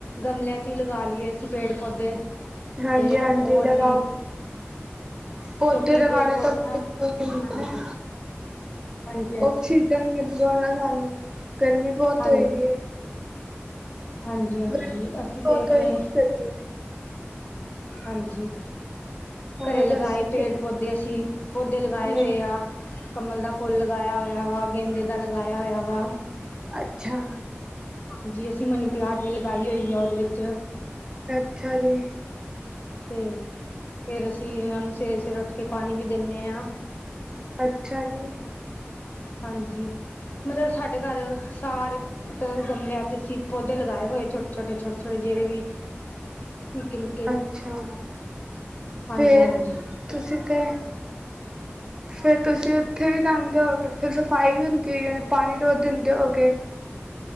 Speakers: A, on the left; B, on the right.
A: ਗਮਲਿਆਂ ਚ ਹੀ ਲਗਾ ਲਈਏ ਅਸੀਂ ਪੇੜ ਪੌਦੇ
B: ਹਾਂਜੀ
A: ਤੇ
B: ਹਾਂਜੀ
A: ਉਹ ਅਸੀਂ
B: ਜਗਾਓ ਪੌਦੇ
A: ਕਿਉਂਕਿ
B: ਲਗਾਣੇ
A: ਪੇੜ ਪੌਦਾ
B: ਤਾਂ ਬਹੁਤ
A: ਹਾਂਜੀ
B: ਜ਼ਰੂਰੀ ਨੇ
A: ਹਾਂਜੀ
B: ਆਕਸੀਜਨ ਮਿਲਦਾ ਨਾ ਸਾਨੂੰ ਗਰਮੀ ਬਹੁਤ
A: ਹਾਂਜੀ
B: ਹੋਈ ਦੀ ਹੈ
A: ਹਾਂਜੀ ਹਾਂਜੀ
B: ਗਰਮੀ
A: ਅਸੀਂ
B: ਬਹੁਤ
A: ਤੇ ਆਪਣੇ
B: ਹੋਈ ਦੀ ਗਰਮੀ
A: ਹਾਂਜੀ
B: ਹੋਰ
A: ਘਰੇ ਲਗਾਏ
B: ਦੱਸੋ
A: ਪੇੜ
B: ਫਿਰ
A: ਪੌਦੇ ਅਸੀਂ ਪੌਦੇ ਲਗਾਏ
B: ਹੂੰ
A: ਹੋਏ ਆ ਕਮਲ ਦਾ ਫੁੱਲ ਲਗਾਇਆ ਹੋਇਆ ਵਾ ਗੇਦੇ ਦਾ ਲਗਾਇਆ ਹੋਇਆ ਵਾ
B: ਅੱਛਾ
A: ਹਾਂਜੀ ਅਸੀਂ ਮਨੀ ਪਲਾਂਟ ਵੀ ਲਗਾਈ ਹੋਈ ਆ ਉਹਦੇ ਵਿੱਚ
B: ਅੱਛਾ ਜੀ
A: ਅਤੇ ਫੇਿਰ ਅਸੀਂ ਏਹਨਾਂ ਨੂੰ ਸਵੇਰੇ ਸਵੇਰੇ ਉੱਠ ਕੇ ਪਾਣੀ ਵੀ ਦਿੰਦੇ ਹਾਂ
B: ਅੱਛਾ ਜੀ
A: ਹਾਂਜੀ ਮਤਲਬ ਸਾਡੇ ਘਰ ਸਾਰੇ ਮਤਲਬ ਗਮਲਿਆਂ ਚ ਅਸੀਂ ਪੌਦੇ ਲਗਾਏ ਹੋਏ ਛੋਟੇ ਛੋਟੇ ਛੋਟੇ ਛੋਟੇ ਜਿਹੜੇ ਵੀ ਨਿੱਕੀ ਨਿੱਕ
B: ਅੱਛਾ
A: ਹਾਂਜੀ
B: ਫੇਰ
A: ਹਾਂਜੀ
B: ਤੁਸੀਂ ਤੇ ਫੇਰ ਤੁਸੀਂ ਉੱਥੇ ਵੀ ਰਹਦੇ ਹੋਗੇ ਫਿਰ ਸਫਾਈ ਵੀ ਹੁੰਦੀ ਹੈਗੀ ਪਾਣੀ ਰੋਜ਼ ਦਿੰਦੇ ਹੋਗੇ